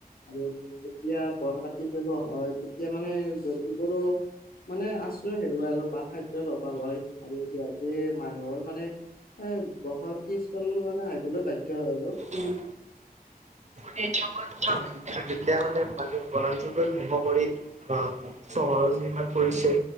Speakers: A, on the left (about 65°); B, on the right (about 45°).
A: আৰু যেতিয়া বন কাটি পেলোৱা হয় তেতিয়া মানে জন্তুবোৰো মানে আশ্ৰয় হেৰুৱাই আৰু বা খাদ্যৰ অভাৱ হয় আৰু সিহঁতে মানুহৰ মানে এ বসতিস্থললে মানে আহিবলৈ বাধ্য হয় আৰু
B: উম। তেতিয়া মানে মানুহে বনাঞ্চলবোৰ ধ্বংস কৰি, অহ চহৰ নিৰ্মাণ কৰিছে।